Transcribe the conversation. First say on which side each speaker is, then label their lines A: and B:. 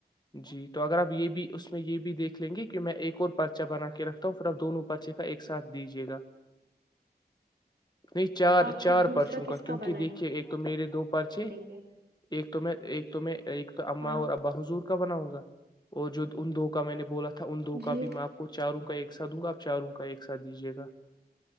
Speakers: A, on the left (about 25°); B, on the right (about 75°).
A: جی تو اگر آپ یہ بھی اس میں یہ بھی دیکھ لیں گے کہ میں ایک اور پرچہ بنا کے رکھتا ہوں پھر آپ دونوں پرچے کا ایک ساتھ دیجیے گا نہیں چار
B: ہوں آپ
A: چار
B: پھر دوسرا
A: پرچوں کا
B: کس
A: کیونکہ
B: بنائیں
A: دیکھیے ایک تو میرے دو پرچے
B: گے
A: ایک تو میں ایک تو میں ایک تو اماں
B: ہاں
A: اور ابا حضور کا بنا ہوگا اور جو ان دو کا میں نے بولا تھا تھا ان دو کا
B: جی
A: بھی میںاں آپ کو چاروں کا ایک سھ دوں گا آپ چاروں کا ایک ساتھ دیجیے گا